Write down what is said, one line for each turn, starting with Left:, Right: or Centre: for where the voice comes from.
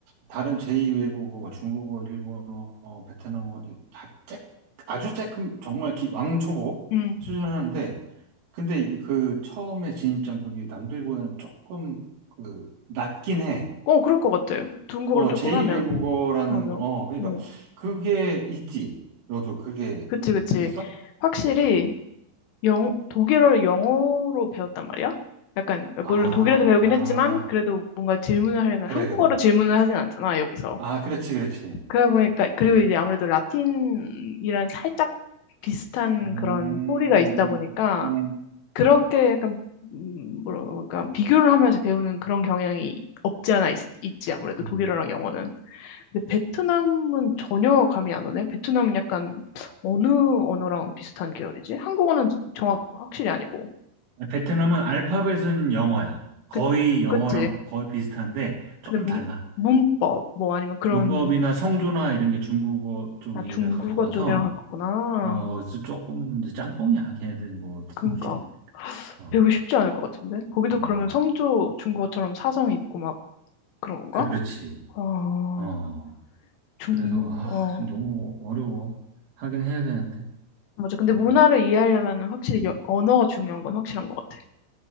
Right: 다른 제2외국어, 뭐 중국어, 일본어, 어, 베트남어, 이- 다 쬐, 아주 쬐끔, 정말 기, 왕초보
Left: 응.
Right: 수준 하는데, 근데 이게 그 처음에 진입장벽이 남들보다는 조금 그, 낮긴 해.
Left: 어, 그럴 것 같아요. 중국어로
Right: 어,
Left: 조금
Right: 제2외국어라는
Left: 하면. 맞아.
Right: 거, 어, 그러니까
Left: 응.
Right: 그게 있지. 너도 그게
Left: 그치, 그치.
Right: 있어?
Left: 확실히
Right: 어.
Left: 영, 독일어를 영어로 배웠단 말이야? 약간,
Right: 아.
Left: 물론 독일에서 배우긴 했지만, 그래도 뭔가 질문을 하려면
Right: 그래,
Left: 한국어로
Right: 그래.
Left: 질문을 하진 않잖아, 여기서.
Right: 아, 그렇지, 그렇지.
Left: 그러다 보니까, 그리고 이제 아무래도 라틴이랑 살짝 비슷한
Right: 음,
Left: 그런 뿌리가 있다 보니까,
Right: 음.
Left: 그렇게 약간, 음, 뭐랄까, 비교를 하면서 배우는 그런 경향이 없지 않아 있, 있지, 아무래도
Right: 음.
Left: 독일어랑 영어는. 근데 베트남은 전혀 감이 안 오네. 베트남은 약간 어느 언어랑 비슷한 계열이지? 한국어는 정확 확실히 아니고.
Right: 베트남은 알파벳은 영어야. 거의
Left: 그
Right: 영어랑
Left: 그치?
Right: 거의 비슷한데 조금
Left: 근데 문,
Right: 달라.
Left: 문법 뭐 아니면 그런
Right: 문법이나 성조나 이런 게 중국어 쪽이라
Left: 아 중국어
Right: 가까워서
Left: 쪽이랑 가깝구나.
Right: 어 조금 이제 짬뽕이야. 걔네들 뭐
Left: 그러니까
Right: <laughs> 어,
Left: 배우기 쉽지 않을 것 같은데. 거기도
Right: 음,
Left: 그러면 성조 중국어처럼 사성 있고 막 그런 건가?
Right: 그렇지.
Left: 어,
Right: 어
Left: 중,
Right: 그래서 아
Left: 어.
Right: 지금 너무 어려워 하긴 해야 되는데.
Left: 맞아. 근데
Right: 음,
Left: 문화를 이해하려면 확실히 여- 언어가 중요한 건 확실한 것 같아.